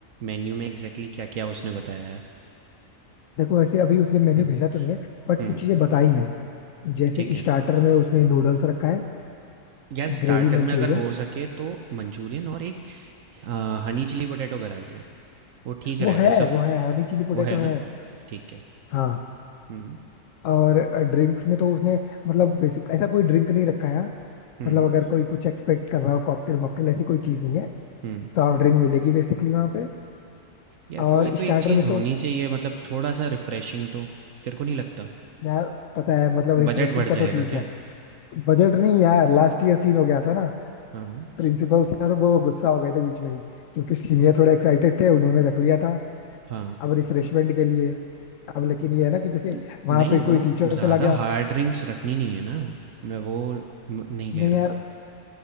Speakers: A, on the right; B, on the left.
A: मेन्यू में एग्जैक्टली क्या क्या उसने बताया है
B: देखो वैसे अभी उसने मेन्यू
A: हम्म
B: भेजा तो नहीं है बट
A: हम्म
B: कुछ चीजें बताई हैं जैसे
A: ठीक है
B: स्टार्टर में उसने नूडल्स रखा है
A: यार स्टार्टर
B: ग्रेवी मंचूरियन
A: में अगर हो सके तो मंचूरियन और एक आ, हनी चिली पोटैटो करा लियो वो ठीक रहता
B: वो है
A: है सब
B: वो है हनी चिली पोटैटो
A: वो है ना?
B: है
A: ठीक है।
B: हाँ
A: हुँ,
B: और ड्रिंक्स में तो उसने मतलब बेसिक ऐसा कोई ड्रिंक नहीं रखा है यहाँ।
A: हुँ,
B: मतलब अगर कोई कुछ एक्सपेक्ट कर रहा हो कॉकटेल मॉकटेल ऐसी कोई चीज नहीं है
A: हुँ।
B: सॉफ्ट ड्रिंक मिलेगी बेसिकली वहां पे
A: यार
B: और
A: कोई तो
B: स्टार्टर
A: एक चीज़
B: में
A: होनी
B: तो
A: चाहिए मतलब थोड़ा-सा रिफ्रेशिंग तो, तेरे को नहीं लगता?
B: यार पता है मतलब रिफ्रेशिंग
A: बजट बढ़
B: का
A: जाएगा
B: तो ठीक
A: क्या?
B: है बजट नहीं यार लास्ट ईयर सीन हो गया था ना
A: हाँ,
B: प्रिंसिपल सर वो गुस्सा हो गए थे बीच में ही क्योंकि सीनियर थोड़े एक्साइटेड थे उन्होंने रख लिया था
A: हाँ।
B: अब रिफ्रेशमेंट के लिए अब लेकिन ये है ना कि जैसे
A: न
B: वहां
A: नहीं
B: पे
A: वो
B: कोई टीचर
A: ज़्यादा
B: चला गया
A: हार्ड ड्रिंक्स रखनी नहीं है ना, मैं वो म नहीं कह
B: नहीं
A: रहा
B: यार
A: हूँ।